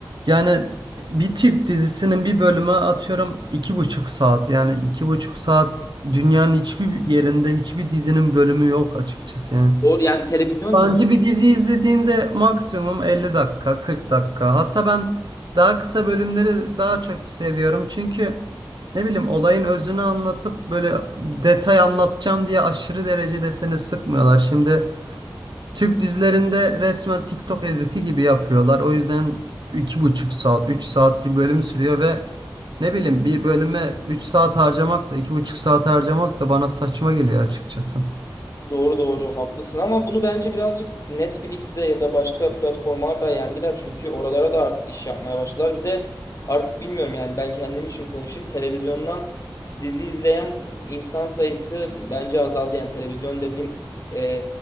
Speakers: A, on the right (about 65°); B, on the left (about 40°).
A: Yani bir Türk dizisinin bir bölümü atıyorum iki buçuk saat. Yani iki buçuk saat dünyanın hiçbir yerinde hiçbir dizinin bölümü yok açıkçası yani.
B: Doğru yani televizyon
A: Bence bir dizi izlediğinde maksimum 50 dakika, 40 dakika. Hatta ben daha kısa bölümleri daha çok seviyorum. Çünkü ne bileyim olayın özünü anlatıp böyle detay anlatacağım diye aşırı derecede seni sıkmıyorlar. Şimdi Türk dizilerinde resmen TikTok editi gibi yapıyorlar. O yüzden iki buçuk saat, 3 saat bir bölüm sürüyor ve ne bileyim bir bölüme 3 saat harcamak da iki buçuk saat harcamak da bana saçma geliyor açıkçası.
B: Doğru doğru haklısın ama bunu bence birazcık Netflix'le ya da başka platformlarla yendiler. Çünkü oralara da artık iş yapmaya başladılar. Bir de artık bilmiyorum yani ben kendim için konuşayım. Televizyondan dizi izleyen insan sayısı bence azaldı. Yani televizyon dediğim e,